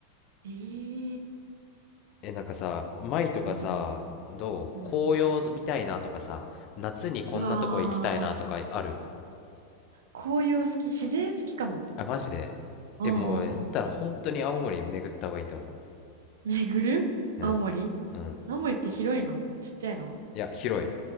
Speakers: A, on the right; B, on the left.
A: えー、
B: え、なんかさ、舞とかさ、
A: うん、
B: どう紅葉見たいなとかさ、
A: うん。
B: 夏にこんなとこ行きたいなとかある
A: うわー、紅葉好き、自然好きかも。
B: あ、マジでえ、
A: うんうんうん。
B: もうやったら本当に青森巡った方がいいと思
A: <laughs> 巡る青森
B: う。うん。うん。
A: 青森って広いのちっちゃいの
B: いや、広い。